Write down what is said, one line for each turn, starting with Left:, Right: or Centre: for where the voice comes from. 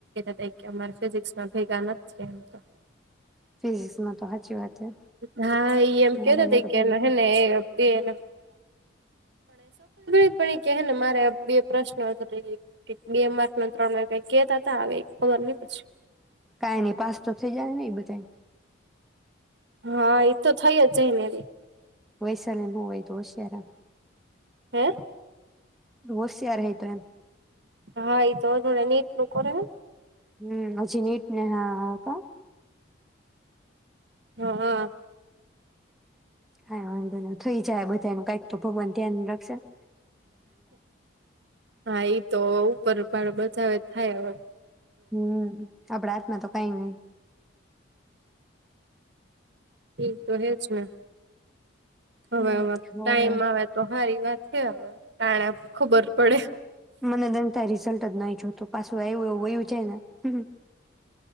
Right: <unintelligible> કે અમારે ફિઝિક્સમાં ભેગા નથ થયા એમ તો.
Centre: ફિઝિક્સ માં તો સાચી વાત છે
Right: હા, એ એમ
Centre: મારે
Right: કેતા
Centre: એના
Right: તા
Centre: તો
Right: કેે
Centre: ભેગું
Right: એને
Centre: થયું.
Right: હેને એ <unintelligible> પણ એ <unintelligible> કેહે ને મારે બે પ્રશ્ન <unintelligible> બે માર્ક ને ત્રણ માર્ક કંઈ કેતા તા અવે, ખબર નંઈ પછી
Centre: કાંઈ ની, પાસ તો થઈ જાહે ને ઈ બધાય?
Right: હા, ઈ તો થઈ જ જાઈ ને અવે.
Centre: વૈસાલીને બઉ, એ તો હોશ્યાર એ.
Right: હેં?
Centre: હોશયાર હે એ તો એમ.
Right: હા, એ તો જોડે નીટનું કરે હે.
Centre: હમ, પછી નીટ ને હા, હા, કાં?
Right: હા.
Centre: કાંઈ વાંધો નઈ, થઈ જાહે બધાયનું, કાંઈક તો ભગવાન ધ્યાન રાખશેને.
Right: હા, એ તો <unintelligible> બચાવે, ત થાય અવે.
Centre: હમ્મ. આપડા હાથમાં તો કાંઈ નઈ.
Right: ઈ તો રેજ ને. હવે,
Centre: હમ
Right: હવે, ટાઈમ
Centre: હોય
Right: આવે તો હારી <unintelligible> છે અવે, ટાણા ખબર પડે.
Centre: મને દનતા રિઝલ્ટ જ નઈ જોતું, પાછું આયવુ એવું વયુ જાય ને.